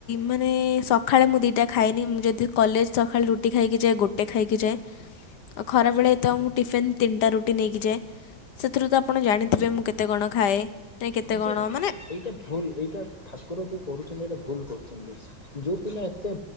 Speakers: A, on the left; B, on the left.
A: ମାନେ ସ ସଖାଳେ ମୁଁ ଦିଟା ଖାଏନି। ମୁଁ ଯଦି କଲେଜ ସଖାଳେ ରୁଟି ଖାଇକି ଯାଏ। ଗୋଟେ ଖାଇକି ଯାଏ ଆଉ ଖରାବେଳେ ମୁଁ ଟିଫିନ୍ ତିନିଟା ରୁଟି ରୁଟି ନେଇକି ଯାଏ ସେଥିରୁ ତ ଆପଣ ଜାଣିଥିବେ ମୁଁ କେତେ କଣ ଖାଏ। ମାନେ କେତେ
B: ଏ ଯେ
A: କଣ ମାନେ
B: ଏଇଟା ଭୁଲ ଏଇଟା ଠାକୁର ଯେଉଁ କରୁଛନ୍ତି ଏଇଟା ଭୁଲ କରୁଛନ୍ତି। ଯେଉ ପିଲା ଏତେ